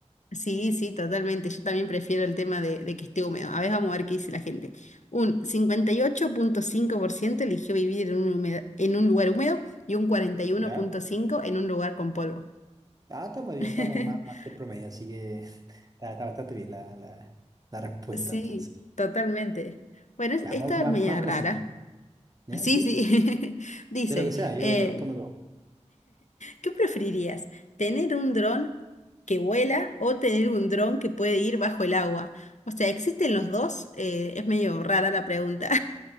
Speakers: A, on the left; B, on the right.
A: Sí, sí, totalmente. Yo también prefiero el tema de, de que esté húmedo. A ver, vamos a ver qué dice la gente. Un cincuenta y ocho punto cinco por ciento eligió vivir en un, humedad- en un lugar húmedo y un 41.5%
B: ¿Ya?
A: en un lugar con polvo.
B: Ah, está muy bien,
A: <laughs>
B: estamos más, más que el promedio, así que <laughs> está, está bastante bien la, la, la respuesta
A: Sí,
B: entonces.
A: totalmente. Bueno, es-
B: Ya,
A: esta
B: vamos, vamos,
A: es media
B: vamos con
A: rara.
B: la siguiente. ¿Ya?
A: Sí,
B: ¿Sí?
A: sí. <laughs> Dice,
B: De lo que sea, yo
A: eh,
B: respondo todo.
A: ¿qué preferirías? ¿Tener un dron que vuela o tener un dron que puede ir bajo el agua? O sea, ¿existen los dos? Eh, es medio rara la pregunta.